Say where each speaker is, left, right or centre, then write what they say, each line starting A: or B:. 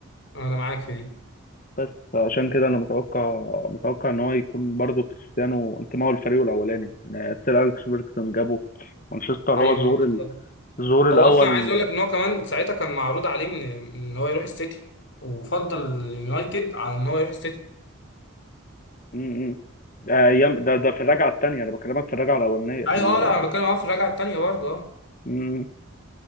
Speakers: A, on the left (about 55°); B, on the left (about 40°).
A: أنا معاك في دي
B: بس فعشان كده انا متوقع متوقع ان هو يكون برضو كريستيانو انتمائه للفريق الاولاني يعني سير اليكس فيرجسون جابه مانشستر
A: أيوه
B: هو الظهور
A: بالظبط
B: ال- الظهور الاول
A: هو أصلا عايز أقول لك إن هو كمان ساعتها كان معروض عليه من إن هو يروح السيتي وفضل اليونايتد على إن هو يروح السيتي
B: امم ده ايام ده ده في الرجعه الثانيه انا بكلمك في الرجعه الاولانيه في
A: أيوه
B: ال...
A: أه لا أنا بتكلم أه في الرجعة التانية برضه أه
B: مم.